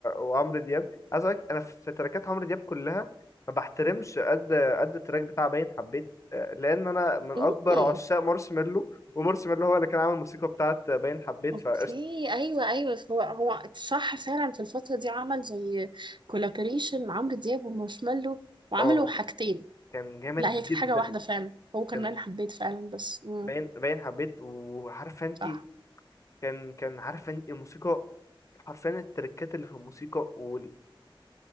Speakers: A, on the left (about 35°); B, on the right (about 60°).
A: وعمرو دياب عايز اقول لك انا في تراكات عمرو دياب كلها ما بحترمش قد قد التراك بتاع باين حبيت آه، لان انا من
B: مم.
A: اكبر عشاق مارشميلو ومارشميلو هو اللي كان عامل الموسيقى بتاعت باين حبيت
B: اوكي
A: فقشطة
B: ايوه ايوه هو هو صح فعلا في الفتره دي عمل زي كولابوريشن عمرو دياب ومارشميلو وعملوا
A: اه
B: حاجتين
A: كان جامد
B: لا هي كانت
A: جدا
B: حاجه واحده فعلا هو كان
A: كان
B: انا حبيت فعلا بس مم.
A: باين باين حبيت وعارفه انت
B: صح
A: كان كان عارفه انت الموسيقى حرفيا التركات اللي في الموسيقى وال...